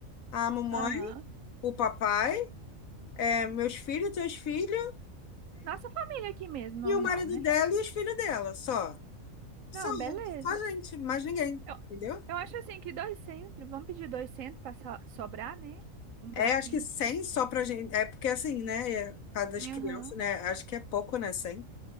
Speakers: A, on the left (about 80°); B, on the right (about 75°).
A: a mamãe,
B: Aham.
A: o papai, é, meus filhos, teus filhos.
B: Nossa família aqui mesmo, normal,
A: E o marido
B: né?
A: dela e os filhos dela, só. Só,
B: Não, beleza.
A: só a gente, mais ninguém,
B: Eu,
A: entendeu?
B: eu acho assim que dois centros, vamos pedir dois centros para sobrar, né? Um pouquinho.
A: É, acho que 100 só pra gente. É porque assim, né? É, por causa das crianças,
B: Aham,
A: né? Acho que é pouco, né? cem